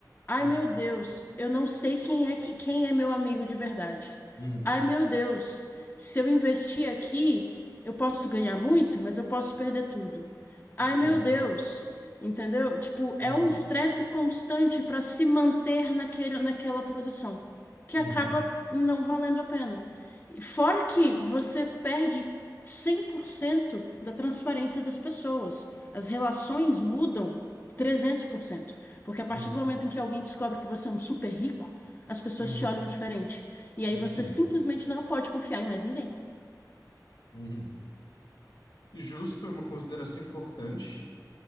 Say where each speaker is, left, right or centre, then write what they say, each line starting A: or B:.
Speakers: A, on the left (about 30°); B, on the left (about 75°).
A: Ai,
B: Uhum.
A: meu Deus, eu não sei quem é que quem é meu amigo de verdade.
B: Uhum.
A: Ai, meu Deus, se eu investir aqui, eu posso ganhar muito, mas eu posso perder tudo. Ai,
B: Sim.
A: meu Deus, entendeu? Tipo, é
B: Uhum.
A: um estresse constante para se manter naquele, naquela posição, que
B: Uhum.
A: acaba não valendo a pena. E Fora que você perde 100% da transparência das pessoas. As relações mudam trezentos por cento, Porque a partir
B: Uhum.
A: do momento em que alguém descobre que você é um super rico, as pessoas
B: Uhum.
A: te olham diferente. E aí você
B: Sim.
A: simplesmente não pode confiar em mais ninguém.
B: Uhum. E Justo é uma consideração importante.